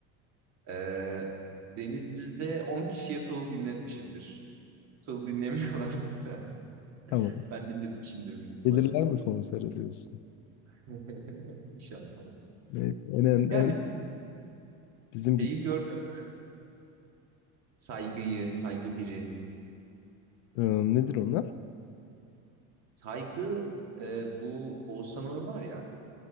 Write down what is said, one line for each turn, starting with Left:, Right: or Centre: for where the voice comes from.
Right: Ee, Denizli'de 10 kişiye tuğul dinletmişimdir. Tuğul dinlemiyorlardı da.
Left: Tamam.
Right: <laughs> Ben dinletmişimdir büyük ihtimalle.
Left: Gelirler mi konsere diyorsun?
Right: <laughs> İnşallah.
Left: Neyse. En, en,
Right: Yani
Left: en- bizim
Right: şeyi
Left: git
Right: gördün mü? Saygıyı, saygı biri.
Left: Ee, nedir onlar?
Right: Saygı e, bu Oğuzhan Uğur var ya.